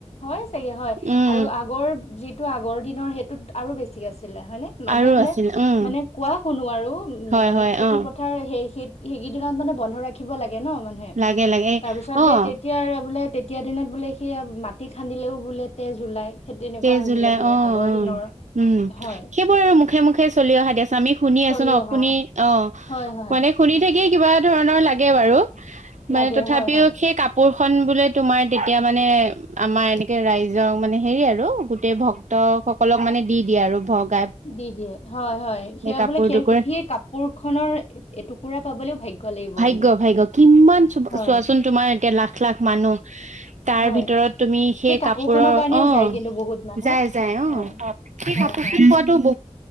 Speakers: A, on the left; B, on the right.
A: হয় চাগে হয়,
B: উম,
A: আৰু আগৰ যি তো আগৰ দিনৰ হেটোত আৰু বেছি আছি ছিলে হয়নে? মানুহে
B: আৰু
A: বোলে,
B: আছিল উম,
A: মানে কোৱা শুনো আৰু উ-উ
B: হয়,
A: মানে
B: হয়,
A: খেতি
B: অ',
A: পথাৰ হেই সে সেইকেইদিনত মানে বন্ধ ৰাখিব লাগে ন মানুহে?
B: লাগে, লাগে
A: তাৰ পিছত
B: অ',
A: সেই তেতিয়াৰ বোলে তেতিয়া দিনত বোলে সেইয়া মাটি খান্দিলেও বোলে তেজ ওলাই। সেই তেনেকুৱা
B: তেইছ
A: হৈছিলে
B: জুলাই
A: বোলে
B: অ, অ,
A: আগৰ দিনৰ
B: উম।
A: হয়
B: সেইবোৰ আৰু মুখে মুখে চলি অহা দেছোন আমি শুনি
A: চলি
B: আছোঁ ন? আপুনি
A: অহা
B: অ,
A: হয় হয়
B: মানে শুনি থাকিয়ে কিবা ধৰণৰ লাগে বাৰু, মানে
A: লাগে
B: তথাপিও
A: হয় হয়
B: সেই কাপোৰ খন বোলে তোমাৰ তেতিয়া মানে, আমাৰ এনেকে ৰাইজক মানে হেৰি আৰু <unintelligible> টে ভক্তসকলক মানে দি দিয়ে আৰু ভক্ত
A: দি দিয়ে হয়, হয় সেয়া
B: কাপোৰ
A: বোলে খেৰ
B: টুকুৰে
A: সেই কাপোৰ খনৰ এটুকুৰা পাবলেও ভাগ্য লাগিব
B: ভাগ্য,
A: বোলে
B: ভাগ্য কিমান চুব
A: হয়
B: চোৱাচোন তোমাৰ এতিয়া লাখ লাখ মানুহ তাৰ
A: হয়
B: ভিতৰত তুমি সেই
A: কাপোৰ
B: কাপোৰৰ
A: খনৰ কাৰণেও
B: অ,
A: যায় কিন্তু বহুত মানুহ
B: যাই, যাই অ।
A: হয়
B: <unintelligible>
A: হয় হয়
B: পোৱাতো ব